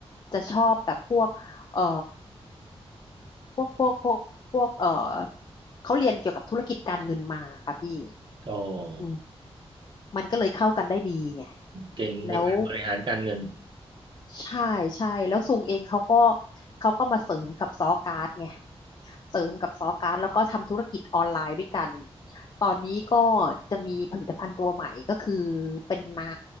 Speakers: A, on the left; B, on the right.
A: จะชอบแบบพวกเอ่อพวกพวกพวกพวกเอ่อเขาเรียนเกี่ยวกับธุรกิจการเงินมาค่ะพี่
B: โอ้
A: อืมมันก็เลยเข้ากันได้ดีไง
B: เก่งในการบริหารการเงิน
A: แล้ว ใช่ใช่แล้วซุงเองเขาก็เขาก็มาเสริมกับซอการ์ดไงเสริมกับซอการ์ดแล้วก็ทำธุรกิจออนไลน์ด้วยกันตอนนี้ก็จะมีผลิตภัณฑ์ตัวใหม่ก็คือเป็นน้